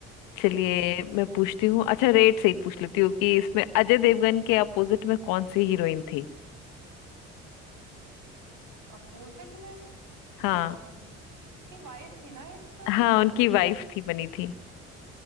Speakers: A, on the left; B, on the right.
A: चलिए मैं पूछती हूँ अच्छा रेट से ही पूछ लेती हूँ कि इसमें अजय देवगन के अपोजिट में कौन सी हीरोइन थी
B: अपोजिट में यार
A: हाँ
B: ये- उसकी वाइफ थी ना हीरोइन
A: हाँ उनकी वाइफ थी बनी थी